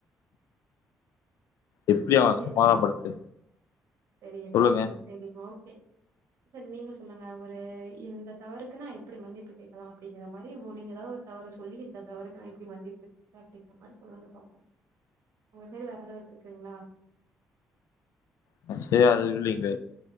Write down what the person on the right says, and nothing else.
சரி
தெரியல
ம் செரிமா ஓகே சார் நீங்க சொல்லுங்க ஒரு இந்த தவறுக்குன்னா எப்டி மன்னிப்பு கேக்கலா அப்டிங்கற மாதிரி நீங்க ஏதாவது ஒரு தவறு தவற சொல்லி இந்த தவறக்கு நா இப்டி மன்னிப்பு கேட்டே அப்டிங்கிற மாரி சொல்லுங்க பாப்போ உங்க சைடு வேற எதாவது இருக்குங்களா